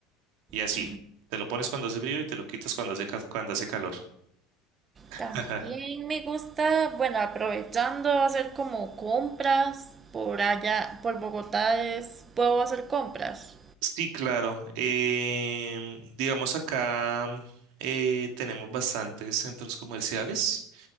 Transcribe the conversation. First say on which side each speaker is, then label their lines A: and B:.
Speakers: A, on the right; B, on the right.
A: y así.
B: Sí.
A: Te lo pones cuando hace frío y te lo quitas cuando hace, ca- cuando hace calor. <laughs>
B: También me gusta, bueno, aprovechando hacer como compras por allá, por Bogotá es, puedo hacer compras.
A: Sí, claro. Em, digamos acá eh, tenemos bastantes centros comerciales.